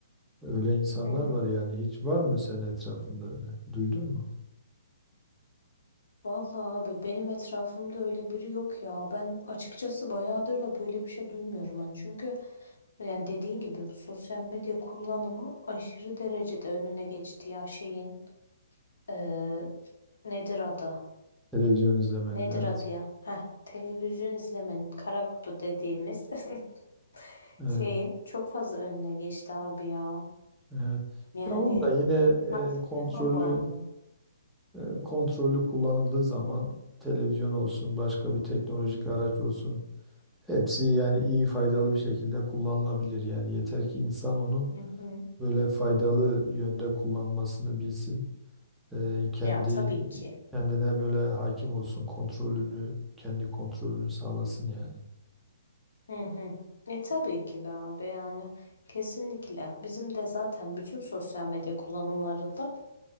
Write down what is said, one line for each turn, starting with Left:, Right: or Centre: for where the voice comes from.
Centre: Öyle insanlar
Left: Hı hı.
Centre: var yani.
Left: hı.
Centre: Hiç var mı senin etrafında öyle? Duydun mu?
Left: Vallahi abi benim etrafımda öyle biri yok ya. Ben açıkçası bayağıdır da böyle bir şey duymuyorum hani. Çünkü yani dediğin gibi bu sosyal medya kullanımı aşırı derecede önüne geçti ya şeyin. Ee, nedir adı?
Centre: Televizyon izlemenin
Left: Nedir
Centre: evet.
Left: adı ya? Heh, televizyon izlemenin kara kutu dediğimiz <laughs>
Centre: Evet.
Left: şeyin çok fazla önüne geçti abi ya.
Centre: Evet.
Left: Yani
Centre: Ya onu da yine
Left: artık
Centre: e, kontrollü
Left: telefon bağımlı.
Centre: e, kontrollü kullanıldığı zaman televizyon olsun, başka bir teknolojik araç olsun. Hepsi yani iyi faydalı bir şekilde kullanılabilir. Yani yeter ki insan onu
Left: Hı hı.
Centre: böyle faydalı yönde kullanmasını bilsin. E, kendi
Left: Ya tabii ki.
Centre: kendine böyle hakim olsun, kontrolünü kendi kontrolünü sağlasın yani.
Left: Hı hı. E tabii ki be abi yani kesinlikle bizim de zaten bütün sosyal medya kullanımlarında